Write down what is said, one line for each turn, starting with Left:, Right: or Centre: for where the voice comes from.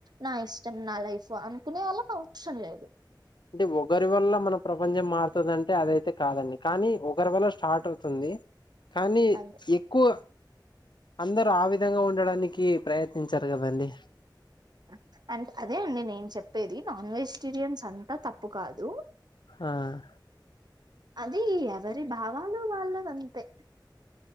Right: నా ఇష్టం, నా లైఫ్. సో అనుకునే వాళ్ళకు అవసరం లేదు.
Left: అంటే ఒకరి వల్ల మన ప్రపంచం మారుతుందాంటే అదయితే కాదండి. కానీ ఒకరి వల్ల స్టార్ట్ అవుతుంది. ది కానీ
Right: అదే
Left: ఎక్కువ అందరూ ఆ విధంగా ఉండడానికి ప్రయత్నించరు కదండి.
Right: ఆ అంట్ అదే అండి. నేను చెప్పేది నాన్ వెజిటేరియన్స్ అంతా తప్పు కాదు.
Left: ఆహ్
Right: అది ఎవరి భావాలు వాళ్ళదంతే